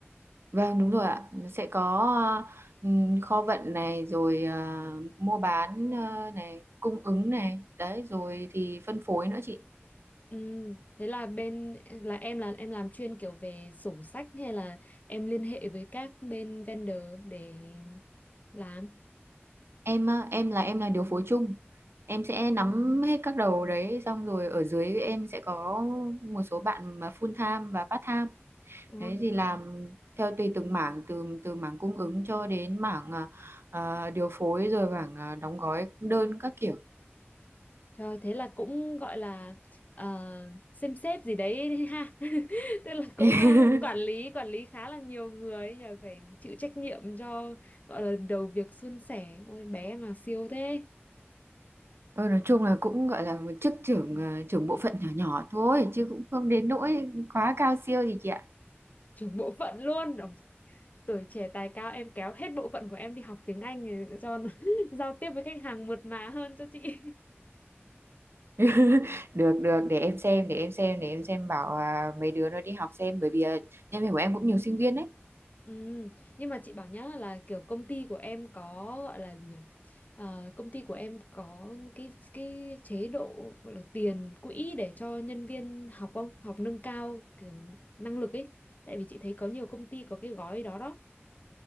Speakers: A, on the right; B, on the left.
A: Vâng đúng rồi ạ, Nó sẽ có ờ, ừm, kho vận này rồi ờ, mua bán ờ, này, cung ứng này, đấy rồi thì phân phối nữa chị.
B: Ừ, thế là bên là em là em làm chuyên kiểu về sổ sách hay là em liên hệ với các bên vendor để làm?
A: Em ờ, em là em là điều phối chung. Em sẽ nắm hết các đầu đấy xong rồi ở dưới em sẽ có một số bạn mà full time và part time
B: Ừ.
A: Đấy thì làm theo tùy từng mảng từ từ mảng cung ứng cho đến mảng à, à, điều phối rồi mảng à, đóng gói đơn các kiểu.
B: Trời, thế là cũng gọi là ờ, xem xếp gì đấy đấy ha. <laughs> Tức là cũng
A: <laughs>
B: ờ, quản lý quản lý khá là nhiều người ấy nhờ phải chịu trách nhiệm cho gọi là đầu việc suôn sẻ. Ôi bé mà siêu thế.
A: Ờ, nói chung là cũng gọi là một chức trưởng à, trưởng bộ phận nhỏ nhỏ thôi chứ cũng không
B: Ừ.
A: đến nỗi quá cao siêu gì chị ạ.
B: Trưởng bộ phận luôn. Ôi, tuổi trẻ tài cao em kéo hết bộ phận của em đi học tiếng Anh để cho nó <laughs> giao tiếp với khách hàng mượt mà hơn cho chị.
A: <laughs> Được được để em xem để em xem để em xem bảo à, mấy đứa nó đi học xem bởi vì à, nhân viên của em cũng nhiều sinh viên đấy.
B: Ừ, nhưng mà chị bảo nhá là kiểu công ty của em có gọi là gì nhỉ? Ờ, công ty của em có cái cái chế độ gọi là tiền quỹ để cho nhân viên học không? Học nâng cao kiểu năng lực ấy. Tại vì chị thấy có nhiều công ty có cái gói đó đó.